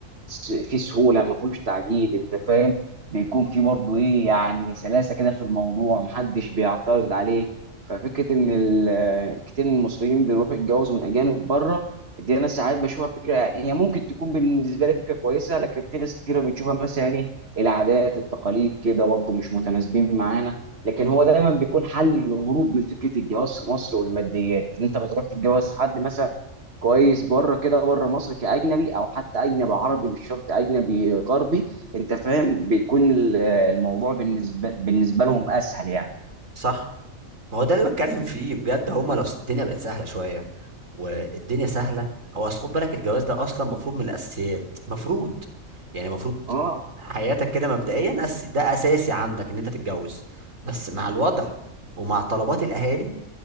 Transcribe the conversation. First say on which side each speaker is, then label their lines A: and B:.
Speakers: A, on the right (about 50°); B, on the right (about 70°).
A: س- في سهوله ما فيهوش تعقيد انت فاهم بيكون في برضه ايه يعني سلاسه كده في الموضوع محدش بيعترض عليك ففكره ان ال- كتير من المصريين بيروحوا يتجوزوا من اجانب بره دي انا ساعات بشوفها فكره هي ممكن تكون بالنسبه لي فكره كويسه لكن في ناس كتير بتشوفها مثلا ايه العادات التقاليد كده برضه مش متناسبين معانا لكن هو دايما بيكون حل للهروب من فكره الجواز في مصر والماديات ان انت بتروح تتجوز حد مثلا كويس بره كده بره مصر كاجنبي او حتى اجنبي عربي مش شرط اجنبي غربي انت فاهم بيكون ال- الموضوع بالنسبه بالنسبه لهم اسهل يعني
B: صح ما هو ده اللي بتكلم فيه بجد هما لو الدنيا بقت سهله شويه والدنيا سهله هو اصل خد بالك الجواز ده اصلا مفروض من الاساسيات مفروض يعني مفروض
A: اه
B: حياتك كده مبدئيا أس... ده اساسي عندك ان انت تتجوز بس مع الوضع ومع طلبات الاهالي